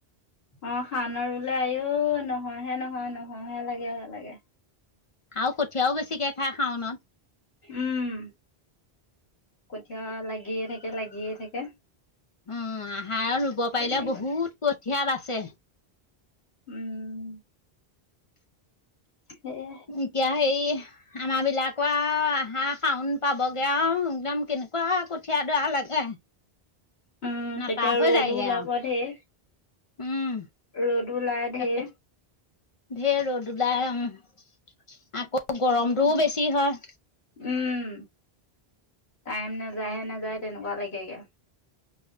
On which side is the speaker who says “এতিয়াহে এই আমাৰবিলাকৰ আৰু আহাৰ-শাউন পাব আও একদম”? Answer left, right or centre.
Left